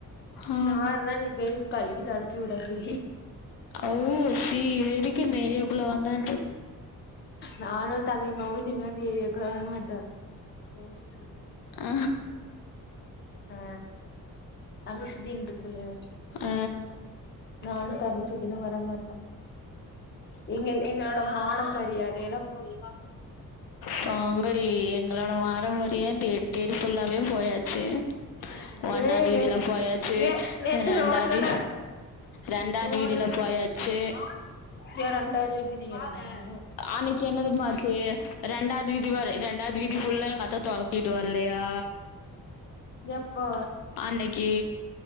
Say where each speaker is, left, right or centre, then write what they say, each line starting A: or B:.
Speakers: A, on the left (about 80°); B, on the left (about 30°).
A: ஆ
B: நாறுனா நீ போய் கழுவி தொடச்சு உடு அபி
A: ஓ சி இவ எதுக்கு இந்த ஏரியாக்குள்ள வந்தான்ருக்கு
B: நானு தம்பிமாவு இனிமே இந்த ஏரியாக்குள்ள வற மாட்டோ <inaudible>
A: அ
B: அ அமுஷுதின் இருக்குல்லயா
A: அ
B: நானு தம்பி சுதீனு வரமாட்டா எங்கள் எங்களோட மானம் ம ரியாதை எல்லா போயி
A: போங்கடி எ ங்களோட மாரம்பரிய இந்த எட்டெரி ஃபுல்லாவே போயாச்சு
B: <unintelligible>
A: ஒன்னாவது வீதியில போயாச்சு ரெண்டாவது
B: அ
A: ரெண்டாவது வீதியில போயாச்சு அன்னிக் கென்ன தெரிமா ஆச்செ ரெண்டாது வீதி வர ரெண்டாது வீதி ஃபுல்லா எங்கத்த தொரத்திட்டு வர்லையா
B: எப்போ
A: அன்னிக்கி